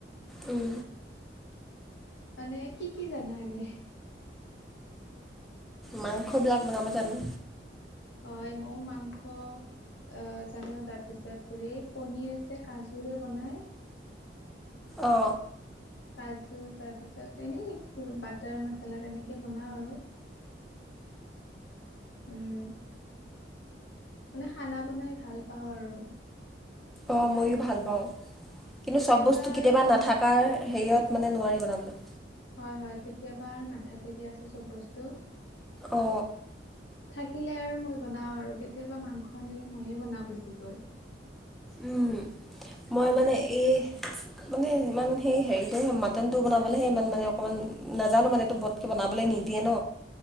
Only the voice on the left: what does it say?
মানে কি কি জানা এনেই?
হয় মই মাংস আ জানো তাপাছত হেৰি পনিৰ যে কজুৰে নাই।
কাজু তাৰপিছত এনেই বাটাৰ মচালা তেনেকে বনাওঁ আৰু। উম মানে খানা বনাই ভাল পাওঁ আৰু।
কেতিয়াবা
আৰু
হয় হয় কেতিয়াবা আৰু নাথাকে দিয়া চব বস্তু।
থাকিলে আৰু মই বনাওঁ আৰু কেতিয়াবা মাংস আনিলে ময়ে বনাওঁ বেছিকৈ।
উম
<unintelligible>